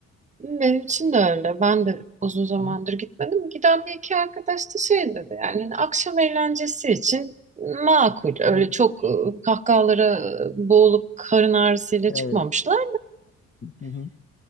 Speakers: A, on the right; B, on the left.
A: Benim için de öyle. Ben de uzun zamandır
B: Aha.
A: gitmedim. Giden bir iki arkadaş da şey dedi yani hani akşam eğlencesi için makul. Öyle
B: Hı hı.
A: çok e, kahkahalara e, boğulup karın ağrısıyla
B: Evet.
A: çıkmamışlar.
B: Hı hı.